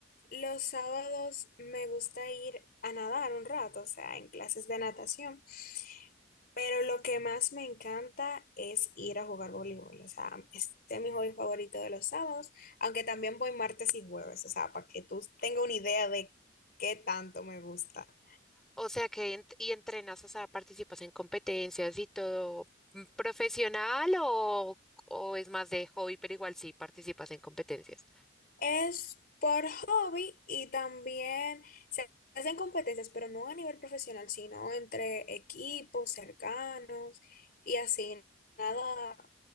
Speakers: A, on the left; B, in the centre.
A: los sábados me gusta ir a nadar un rato, o sea, en clases de natación. Pero lo que más me encanta es ir a jugar voleibol. O sea, este es mi hobby favorito de los sábados, aunque también voy martes y jueves, o sea, para que tú tengas una idea de qué tanto me gusta.
B: O sea que ent- y entrenas, o sea, participas en competencias y todo mm, profesional o, o es más de hobby, pero igual sí participas en competencias.
A: Es por hobby y también se hacen competencias, pero no a nivel profesional, sino entre equipos cercanos y así, nada